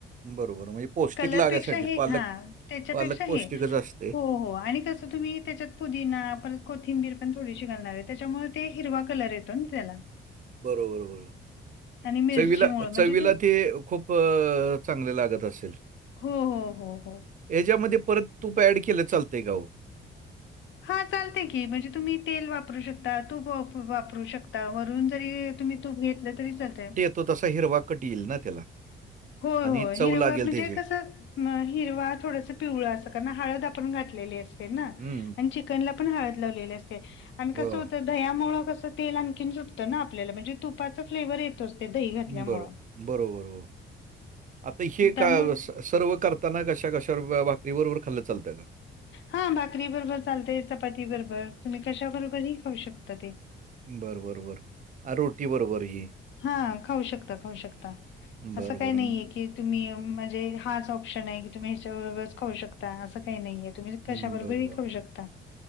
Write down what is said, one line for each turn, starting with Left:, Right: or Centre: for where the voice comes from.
Right: बरोबर. म्हणजे पौष्टिक
Left: कलर
Right: लागायसाठी
Left: पेक्षा हे
Right: पालक
Left: हा त्याच्या
Right: पालक
Left: पेक्षा हे.
Right: पौष्टिकच असते.
Left: हो हो आणि कसं तुम्ही त्याच्यात पुदिना, परत कोथिंबीर पण थोडीशी घालणार आहे. त्याच्यामुळं ते हिरवा कलर येतो ना त्याला.
Right: बरोबर बरोबर.
Left: आणि मिरचीमुळे
Right: चवीला
Left: म्हणजे
Right: चवीला ते खूप चांगले लागत असेल.
Left: हो हो हो हो.
Right: याच्यामध्ये परत तूप ऍड केलं तर चालतंय का हो?
Left: हा चालते की म्हणजे तुम्ही तेल वापरू शकता, तूप वाप-वापरू शकता. अजून तरी तुम्ही तूप घेतलं तरी चालतंय.
Right: तो तसा हिरवा कट येईल ना त्याला.
Left: होय
Right: आणि
Left: होय.
Right: चव
Left: हिरवं
Right: लागेल
Left: म्हणजे
Right: त्याची.
Left: कसं न हिरवा थोडंसं पिवळा असं, कारण हळद आपण घातलेली असते ना.
Right: हं,
Left: आणि चि चिकनला पण हळद लावलेली असते आणि
Right: बरोबर.
Left: कस होत दह्यामुळं कसं तेल आणखीन सुटतं ना आपल्याला म्हणजे तुपाचा फ्लेवर येतोच ते दही घातल्यामुळं.
Right: बरो बरोबर हो आता हे
Left: त्यामुळं
Right: कळालचं. सर्व्ह करताना कशा कशा भाकरी बरोबर खाल्लं तर चालतंय का?
Left: हा भाकरी बरोबर चालतंय चपाती बरोबर तुम्ही कशा बरोबरही खाऊ शकता ते.
Right: बरं बरं बरं. रोटी बरोबर ही.
Left: हा खाऊ शकता खाऊ शकता. असं
Right: बरं,
Left: काही
Right: बरं.
Left: नाहीये की कि तुम्ही म्हणजे हाच ऑप्शन आहे की तुम्ही ह्याच्याबरोबरच खाऊ शकता असं काही नाहीये. तुम्ही कशा
Right: हं,
Left: बरोबरही
Right: बरं, बरं.
Left: खाऊ शकता.